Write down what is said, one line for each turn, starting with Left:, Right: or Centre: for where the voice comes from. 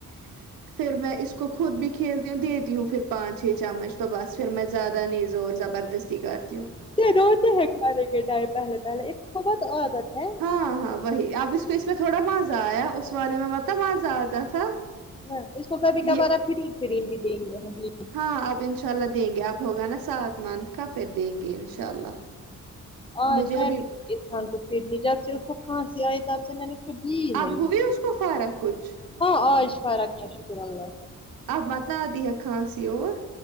Right: <inaudible> پھر میں اس کو خود بھی کھیلتی ہوں دیتی ہوں پھر پانچ چھ چمچ تو بس پھر میں زیادہ نہیں زور زبردس کرتی ہو
Left: روتے ہیں کھانے کے ٹائم پہلے پہلے ایک بہت عادت ہے
Right: ہاں ہاں وہی اب اس کو اس میں تھوڑا مزہ آیا اس والے میں متب مزہ آتا تھا
Left: ہ اس کو کبھی کبار
Right: یہ
Left: اب فریم فریم بھی دیں گے ہم جی
Right: ہاں اب انشاء اللہ دیں گے اب ہوگا نا سات منتھ کا پھر دیں گے انشاء اللہ
Left: آج
Right: مجھے
Left: میں
Right: ابھی
Left: بھی دونگی عرفان کو پرنی جب سے اس کو کھانسی آئی تب سے میں نے جی نہیں
Right: اب ہوئی اس کو فرق کچھ
Left: ہاں آج فرق ہے شکر اللہ کا
Right: اب بتا دیا کھانسی اور